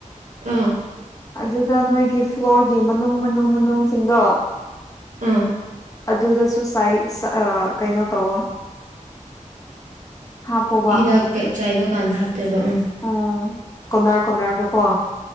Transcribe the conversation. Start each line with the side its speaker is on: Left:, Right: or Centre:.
Right: ꯑꯥ
Left: ꯑꯗꯨꯗ ꯅꯣꯏꯒꯤ ꯐ꯭ꯂꯣꯔꯒꯤ ꯃꯅꯨꯡ ꯃꯅꯨꯡ ꯃꯅꯨꯡꯁꯤꯡꯗꯣ
Right: ꯑꯥ
Left: ꯑꯗꯨꯗꯁꯨ ꯆꯥꯏ ꯑꯆꯥ ꯑ ꯀꯩꯅꯣ ꯇꯧꯋꯣ ꯍꯥꯞꯄꯣꯕ
Right: ꯍꯤꯗꯥꯛ ꯀꯩ ꯆꯥꯏꯕ ꯀꯥꯟꯗ ꯍꯥꯞꯇꯣꯏꯕ ꯎꯝ
Left: ꯎꯝ ꯀꯣꯟꯅꯔ ꯀꯣꯟꯅꯔꯗꯨꯀꯣ